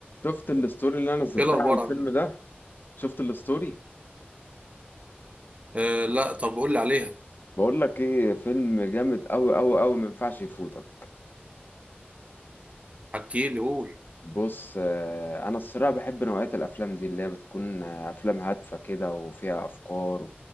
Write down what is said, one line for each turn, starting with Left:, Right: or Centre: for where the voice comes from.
Left: شفت الستوري اللي انا نزلتها
Right: ايه الاخبار
Left: على الفيلم
Right: عامل ايه
Left: ده شفت الستوري
Right: آه لا طب قول لي عليها
Left: بقول لك ايه فيلم جامد قوي قوي قوي ما ينفعش يفوتك
Right: حكي لي قول
Left: بص آه، انا الصراحه بحب نوعيه الافلام دي اللي هي بتكون آه، افلام هادفه كده وفيها افكار